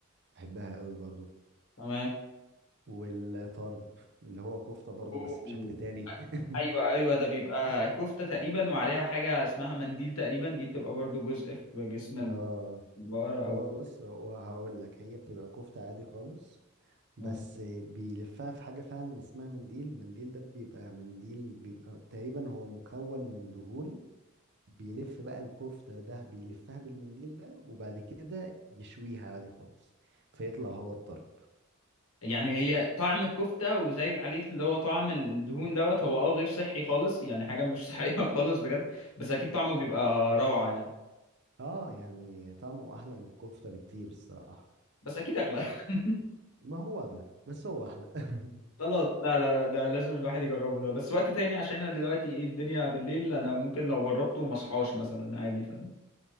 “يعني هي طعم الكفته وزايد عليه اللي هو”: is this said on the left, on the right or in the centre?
Left